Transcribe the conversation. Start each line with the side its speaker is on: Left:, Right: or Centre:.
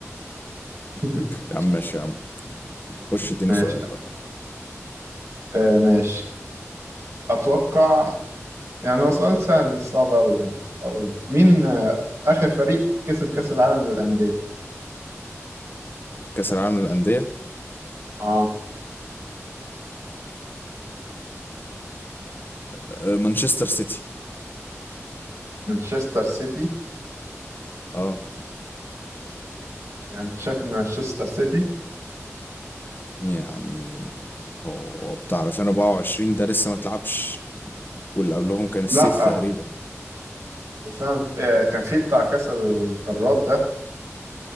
Right: <laughs>
Left: يا عم ماشي يا عم خش اديني
Right: ماشي
Left: سؤال بقى
Right: آه ماشي اتوقع يعني هو سؤال سهل مش صعب أوي يعني أقول مين آه، آخر فريق كسب كأس العالم للأندية؟
Left: كأس العالم للأندية
Right: آه
Left: آه، مانشستر سيتي
Right: مانشستر سيتي
Left: اه
Right: يعني أنت شايف إن مانشستر سيتي؟
Left: يعني هو بتاع 2024 ده لسه ما اتلعبش واللي قبلهم كان السيتي
Right: لأ
Left: تقريبا
Right: بس أنا آه، كان في بتاع كأس القارات ده